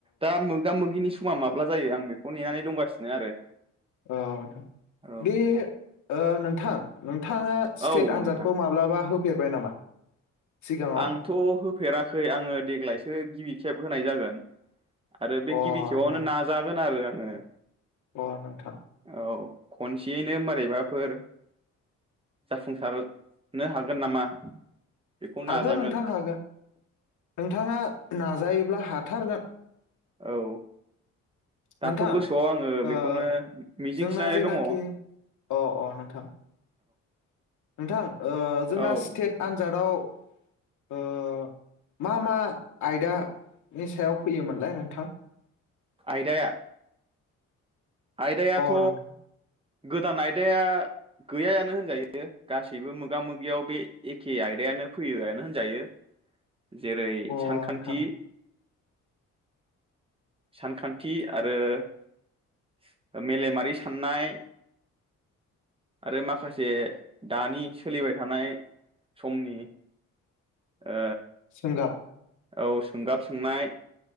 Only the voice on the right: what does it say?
दा मोगा मोगिनि समा माब्ला जायो आं आं बेखौ नेनानै दंगासिनो आरो
औ
औ
नोंथां
आंथ' होफेराखै आङो देग्लायसो गिबि खि खेब होनाय जागोन आरो बे
गिबि खेबावनो
नाजागोन आरो आं ए
औ खनसेयैनो मारैबाफोर जाफुंसारनो हागोन नामा बेखौ
नाजागोन
औ दाथ'
गोसोआव आङो
बेखौनो मिजिं
थिनानै
दङ औ
औ
आयदाया आयदायाथ'
गोदान आयदाया गैयायानो होनजायो गासैबो मोगा मोगियाव बे एखे आयदायानो फैयोआनो होनजायो जेरै
सानखान्थि
सानखान्थि आरो मेलेमारि सान्नाय आरो माखासे दानि सोलिबाय थानाय समनि ओ
औ सोंगाब सोंनाय